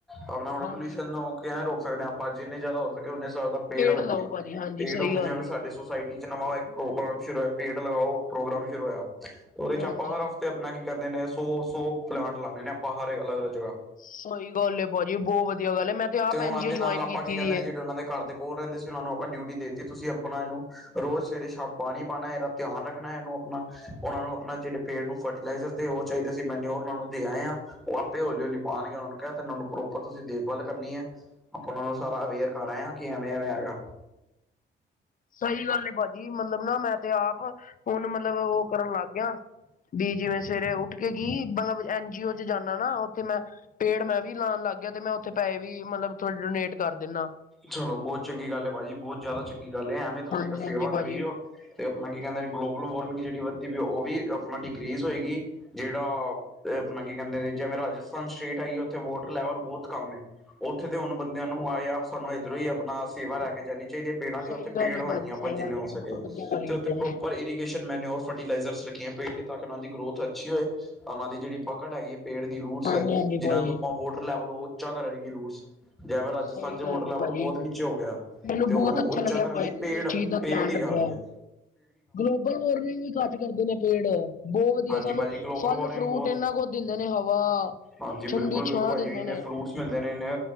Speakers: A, in the centre; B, on the left (about 45°).
A: ਆਪਣਾ ਹੋ ਹੁਣ
B: ਹਾਂਜੀ
A: ਪੋਲਿਊਸ਼ਨ ਕਿਵੇਂ ਰੋਕ ਸਕਦੇ ਹਾਂ ਆਪਾਂ ਜਿੰਨੇ ਜ਼ਿਆਦਾ ਹੋ ਸਕੇ ਉਨੇ ਸਾਰੇ ਪੇੜ ਲਾਈਏ
B: ਲਾਓ ਭਾਜੀ ਹਾਂਜੀ
A: ਪੇੜ
B: ਸਹੀ
A: ਹੁਣ
B: ਗੱਲ
A: ਜਿਵੇਂ
B: ਹੈ
A: ਸਾਡੀ ਸੁਸਾਇਟੀ ਨਵਾਂ ਇੱਕ ਪ੍ਰੋਗਰਾਮ ਸ਼ੁਰੂ ਹੋਇਆ ਪੇਡ ਲਗਾਓ, ਪ੍ਰੋਗਰਾਮ ਸ਼ੁਰੂ ਹੋਇਆ ਤੇ ਉਹਦੇ ਚ
B: ਹਾਂਜੀ
A: ਆਪਾਂ ਹਰ ਹਫਤੇ ਆਪਣਾ ਕੀ ਕਹਿੰਦੇ ਨੇ ਸੌ-ਸੌ ਪਲਾਂਟ ਲਾਣੇ ਨੇ ਆਪਾਂ ਹਰ ਅਲੱਗ-ਅਲੱਗ ਜਗ੍ਹਾ।
B: ਸਹੀ ਗੱਲ ਏ ਭਾਜੀ। ਬਹੁਤ ਵਧੀਆ ਗੱਲ ਏ ਮੈਂ ਤੇ ਆਪ
A: ਉਹਨਾਂ
B: ਐਨ ਜੀ
A: ਦੇ
B: ਏ ਜੁਆਇਨ
A: ਨਾਲ ਆਪਾਂ
B: ਕੀਤੀ
A: ਕੀ ਕਹਿੰਦੇ
B: ਵੀ ਐ।
A: ਨੇ ਜਿਹੜੇ ਤੇ ਉਹਨਾਂ ਦੇ ਘਰ ਦੇ ਕੋਲ ਰਹਿੰਦੇ ਸੀ ਨੂੰ ਆਪਾਂ ਡਿਊਟੀ ਦੇਤੀ ਤੁਸੀਂ ਆਪਣਾ ਇਹਨੂੰ ਰੋਜ਼ ਸਵੇਰੇ-ਸ਼ਾਮ ਪਾਣੀ ਪਾਂਣਾ ਏ, ਇਹਦਾ ਰੱਖਣਾ ਇਹਨੂੰ ਆਪਣਾ। ਉਹਨਾਂ ਨੂੰ ਆਪਣਾ ਜਿਹੜੇ ਪੇੜ ਨੂੰ ਫਰਟੀਲਾਈਜ਼ਰ ਤੇ ਉਹ ਚਾਹੀਦੇ ਸੀ ਮੈਨਰ ਉਹ ਨੂੰ ਦੇ ਆਏ ਆ। ਉਹ ਆਪੇ ਹੌਲੀ-ਹੌਲੀ ਪਾਣਗੇ ਉਹਨਾ ਨੂੰ ਕਿਹਾ ਤਾਂ ਉਹਨਾਂ ਨੂੰ ਪ੍ਰੋਪਰ ਤੁਸੀਂ ਦੇਖਭਾਲ ਕਰਨੀ ਐ। ਆਪਾਂ ਉਹਨਾਂ ਨੂੰ ਸਾਰਾ ਅਵੇਅਰ ਕਰ ਆਏ ਆ ਕਿ ਐਵੇਂ-ਐਵੇਂ ਹੈਗਾ।
B: ਸਹੀ ਗੱਲ ਏ ਭਾਜੀ, ਮਤਲਬ ਨਾ ਮੈਂ ਤੇ ਆਪ ਹੁਣ ਮਤਲਬ ਉਹ ਕਰਨ ਲੱਗ ਗਿਆ। ਵੀ ਜਿਵੇਂ ਸਵੇਰੇ ਉੱਠ ਕੇ ਕੀ ਮਤਲਬ ਐਨਜੀਓ ਚ ਜਾਣਾ ਨਾ। ਤੇ ਮੈਂ ਪੇੜ ਮੈਂ ਵੀ ਨਾਲ ਲੱਗ ਗਿਆ, ਤੇ ਮੈਂ ਉੱਥੇ ਪੈਸੇ ਵੀ ਮਤਲਬ ਥੋੜ੍ਹੇ ਡੋਨੇਟ ਕਰ ਦਿਨਾ।
A: ਚੱਲੋ, ਬਹੁਤ ਚੰਗੀ ਗੱਲ ਏ ਭਾਜੀ ਬਹੁਤ ਜ਼ਿਆਦਾ ਚੰਗੀ ਗੱਲ ਐ, ਐਵੇਂ ਤੁਸੀਂ
B: ਹਾਂਜੀ
A: ਤਾਂ ਸੇਵਾ
B: ਹਾਂਜੀ ਭਾਜੀ।
A: ਕਰੀ ਜਾਓ। ਤੇ ਆਪਣਾ ਕੀ ਕਹਿੰਦੇ ਗਲੋਬਲ ਵਾਰਮਿੰਗ ਜਿਹੜੀ ਵੱਧਦੀ ਪਈ ਉਹ ਵੀ ਆਪਣਾ ਡਿਕਰੀਜ਼ ਹੋਏਗੀ। ਜਿਹੜਾ ਏ ਆਪਣਾ ਕੀ ਕਹਿੰਦੇ ਨੇ ਜਿਵੇਂ ਰਾਜਸਥਾਨ ਸਟੇਟ ਆਈ ਆ ਉੱਥੇ ਵੋਟਰ ਲੈਵਲ ਬਹੁਤ ਕੰਮ ਐ। ਉੱਥੇ ਦੇ ਹੁਣ ਬੰਦਿਆਂ ਨੂੰ ਆਏ ਆਪ ਸਾਨੂੰ ਇਧਰੋਂ ਹੀ ਆਪਣਾ ਸੇਵਾ ਲੈ ਕੇ ਜਾਣੀ ਚਾਹੀਦੀ ਏ। ਪੇੜਾਂ ਦੇ
B: ਸਹੀ
A: ਉੱਥੇ
B: ਗੱਲ
A: ਪੇੜ
B: ਏ
A: ਲਾਈਆਂ,
B: ਭਾਜੀ ਸਹੀ
A: ਆਪਾਂ ਜਿੰਨੇ
B: ਗੱਲ
A: ਹੋ
B: ਏ ਬਿਲਕੁਲ
A: ਸਕੇ
B: ਵਧੀਆ ਗੱਲ ਕੀਤੀ
A: ਤੇ ਉੱਥੇ
B: ਤੁਸੀਂ
A: ਪ੍ਰੋਪਰ ੲ ਇਰੀਗੇਸ਼ਨ ਮੈਨੇਉਰ ਫਰਟੀਲਾਈਜ਼ਰ ਰੱਖੀਆਂ ਪੇੜ ਲਈ ਤਾਂ ਕਿ ਉਹਨਾਂ ਦੀ ਗਰੋਥ ਅੱਛੀ ਹੋਏ। ਉਹਨਾਂ ਦੀ ਜਿਹੜੀ ਪਕੜ ਹੈਗੀ ਏ ਪੇੜ ਦੀ ਰੂਟਸ
B: ਹਾਂਜੀ ਹਾਂਜੀ
A: ਜਿਹਨਾਂ
B: ਭਾਜੀ।
A: ਨੂੰ ਆਪਾਂ ਵੋਟਰ ਲੈਵਲ ਉਹ ਉੱਚਾ ਕਰੇਗੀ ਰੂਸ ਜੈਵੇੈਂ ਰਾਜਸਥਾਨ
B: ਸਹੀ
A: ਚ ਵੋਟਰ
B: ਗੱਲ
A: ਲੈਵਲ
B: ਏ ਭਾਜੀ।
A: ਬਹੁਤ ਨੀਚੇ ਹੋ ਗਿਆ
B: ਮੈਨੂੰ
A: ਤੇ
B: ਬਹੁਤ
A: ਉਹਨੂੰ
B: ਅੱਛਾ
A: ਉੱਚਾ
B: ਲੱਗਿਆ
A: ਕਰਨ
B: ਭਾਜੀ
A: ਲਈ ਪੇੜ-ਪੇੜ
B: ਤੁਸੀਂ ਇਸ ਚੀਜ਼ ਦਾ ਧਿਆਨ
A: ਹੀ
B: ਰੱਖਿਆ।
A: ਕਰਨ ਗਿਆ।
B: ਗਲੋਬਲ ਵਾਰਨਿੰਗ ਵੀ ਘੱਟ ਕਰਦੇ ਨੇ ਪੇੜ ਬਹੁਤ ਵਧੀਆ
A: ਹਾਂਜੀ
B: ਸਾਨੂੰ
A: ਭਾਜੀ ਗਲੋਬਲ
B: ਫਲ-ਫਰੂਟ
A: ਵਾਰਮਿੰਗ ਬਹੁਤ
B: ਇੰਨਾ ਕੁਝ ਦਿੰਦੇ ਨੇ ਹਵਾ।
A: ਹਾਂਜੀ,
B: ਠੰਡੀ
A: ਬਿਲਕੁਲ ਵੇਖੋ
B: ਛਾਂ
A: ਭਾਜੀ
B: ਦਿੰਦੇ
A: ਇੰਨੇ
B: ਨੇ।
A: ਫਰੂਟਸ ਮਿਲ ਦੇ ਨੇ